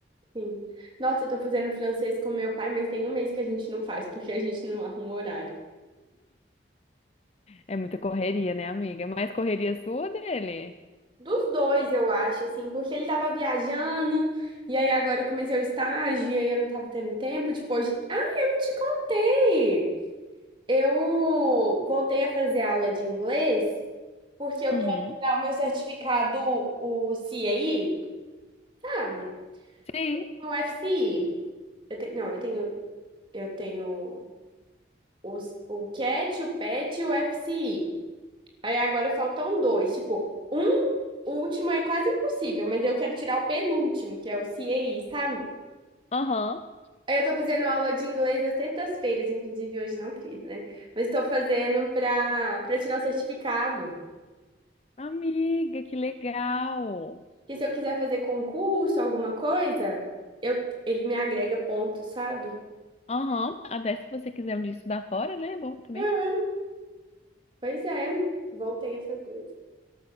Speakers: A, on the right; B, on the left.
A: Sim. Nossa, eu tô fazendo francês com meu pai, mas tem um mês que a gente não faz, porque a gente não arruma horário.
B: É muita correria, né, amiga? É Mais correria sua ou dele?
A: Dos dois, eu acho, assim, porque ele tava viajando, e aí agora eu comecei o estágio, e aí eu não tava tendo tempo, tipo, hoje... Ah, eu não te contei! Eu voltei a fazer aula de inglês, porque eu
B: Uhum.
A: quero tirar o meu certificado, o CAI, sabe?
B: Sim.
A: O FCI. Eu te... Não, eu tenho... Eu tenho... Os, o CAT, o PET e o FCI. Aí agora faltam dois. Tipo, um último é quase impossível, mas eu quero tirar o penúltimo, que é o CAI, sabe?
B: Aham.
A: Aí eu tô fazendo aula de inglês às sextas-feiras, inclusive hoje não fiz, né? Mas tô fazendo pra, pra tirar o certificado.
B: Amiga, que legal.
A: Que se eu quiser fazer concurso, alguma coisa, eu, ele me agrega pontos, sabe?
B: Aham. Até se você quiser um dia estudar fora, né? É bom também.
A: Uhum. Pois é, voltei a fazer.